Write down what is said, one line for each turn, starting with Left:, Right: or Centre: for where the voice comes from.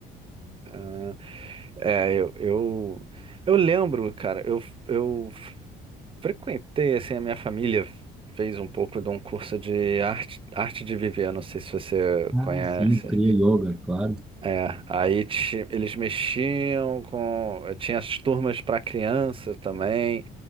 Right: Ah, É, eu, eu, eu lembro, cara, eu, eu frequentei, assim, a minha família fez um pouco de um curso de arte, arte de viver, não sei se você
Centre: Ah,
Right: conhece.
Centre: sim, cria yoga, claro.
Right: É, aí ti- eles mexiam com. Tinha as turmas para crianças também.